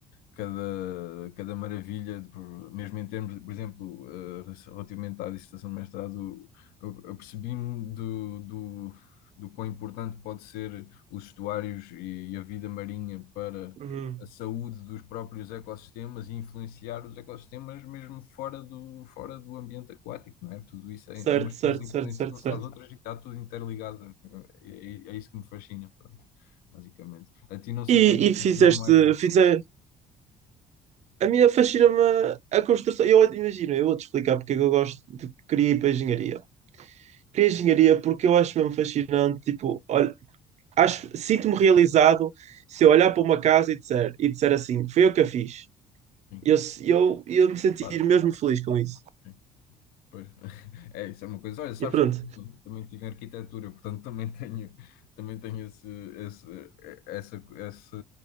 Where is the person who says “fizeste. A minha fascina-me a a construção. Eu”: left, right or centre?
Right